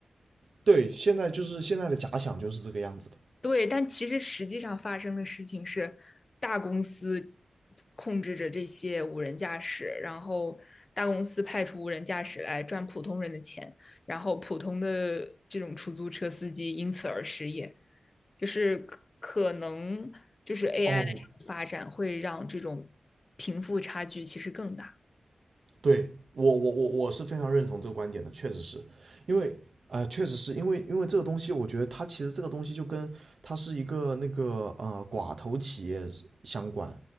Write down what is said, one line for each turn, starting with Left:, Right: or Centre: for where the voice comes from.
Right: 对，现在就是现在的假想就是这个样子的。
Left: 对，但其实实际上发生的事情是，大公司控制着这些无人驾驶，然后大公司派出无人驾驶来赚普通人的钱，然后普通的这种出租车司机因此而失业。就是可可能就是 AI
Right: 哦，
Left: 的这种发展会让这种贫富差距其实更大。
Right: 对我我我我是非常认同这个观点的，确实是因为啊呃确实是因为因为这个东西，我觉得它其实这个东西就跟它是一个那个呃寡头企业相关。